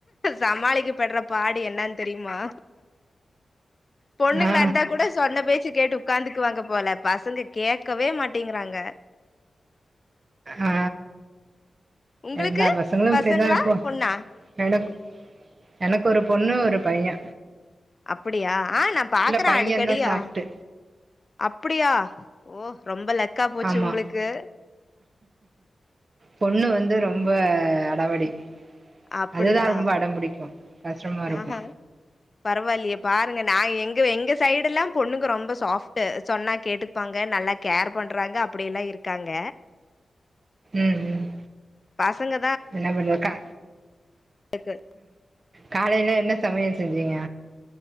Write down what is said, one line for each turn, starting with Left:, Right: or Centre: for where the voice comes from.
Left: சமாளிக்க பட்ற பாடு என்னன் தெரியுமா பொண்ணுங்ளா
Right: ஆ
Left: இருந்தா கூட சொன்ன பேச்சு கேட்டு உட்காந்துக்குவாங்க போல பசங்க கேட்கவே மாட்டிங்கிறாங்க
Right: ஆ
Left: உங்களுக்கு
Right: எல்லா பசங்களு
Left: பசங்களா
Right: அப்டிதா இப்போ
Left: பொண்ணா
Right: என எனக்கு ஒரு பொண்ணு ஒரு பையே
Left: அப்டியா ஆ நா பாக்குறே
Right: பையந்தா
Left: அடிக்கடி
Right: சாஃப்ட்டு
Left: ஆ அப்புடியா ஓ ரொம்ப லக்கா போச்சு
Right: ஆமா
Left: உங்ளுக்கு
Right: பொண்ணு வந்து ரொம்ப அடாவடி
Left: அப்டியா
Right: அதுதா ரொம்ப அடம் பிடிக்கு கஷ்டமா இருக்கு
Left: ஆஹா பரவாயில்லையே பாருங்க நா எங்க எங்க சைடு எல்லா பொண்ணுங்க ரொம்ப சாஃப்ட் சொன்னா கேட்டு ப்பாங்க நல்லா கேர் பண்ணுறாங்க அப்டிலா இருக்காங்க
Right: ம் ம்
Left: பசங்க
Right: என்ன பன்ற அக்கா
Left: இருக்கு
Right: காலைல என்ன சமையல் செஞ்சீங்க